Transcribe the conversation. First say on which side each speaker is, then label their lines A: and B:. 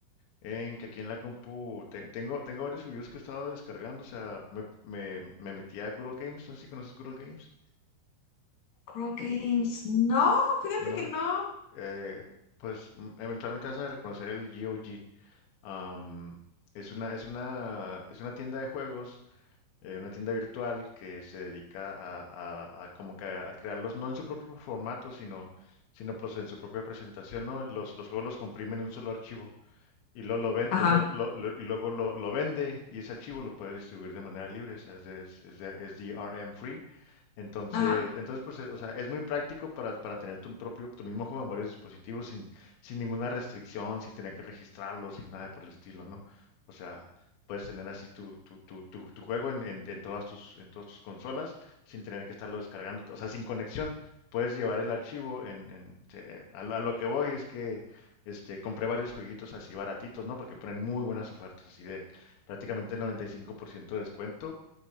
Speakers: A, on the left; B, on the left.
A: En que aquí en la compu te- tengo, tengo varios juegos que he estado descargando, o sea, me, me, me metí a Google Games, no sé si conoces Google Games,
B: crow games no, fíjate
A: no,
B: que no.
A: eh, pues mm, eventualmente vas a reconocer el GOG. Am, es una, es una, es una tienda de juegos, eh, una tienda virtual que se dedica a, a- a como que a crearlos no en su propio formato, sino, sino pues en su propia presentación, ¿no? Los, los juegos los comprimen en un solo archivo. y luego lo, ven-
B: Ajá,
A: o sea, lo- lo- y luego lo, lo vende y ese archivo lo puede distribuir de manera libre, o sea, es, de- es, es de- es DRM free. Entonces,
B: ajá.
A: entonces pues, eh, o sea, es muy práctico para, para tener tu propio, tu mismo juego en varios dispositivos sin, sin ninguna restricción, sin tener que registrarlo, sin nada por el estilo, ¿no? O sea, puedes tener así tu, tu, tu, tu, tu juego en, en, en todas tus, en todas tus consolas sin tener que estarlo descargando, o sea, sin conexión. Puedes llevar el archivo en, en, eh, a a lo que voy es que este, compré varios jueguitos así baratitos, ¿no? Porque ponen muy buenas ofertas, así de prácticamente 95% de descuento.